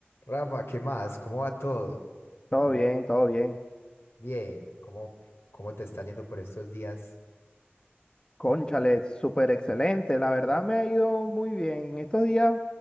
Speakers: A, on the left (about 75°); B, on the left (about 25°).
A: Rafa, ¿qué más? ¿Cómo va todo?
B: Todo bien, todo bien.
A: Bien, ¿cómo, cómo te está yendo por estos días?
B: Cónchale, súper excelente. La verdad me ha ido muy bien. En estos días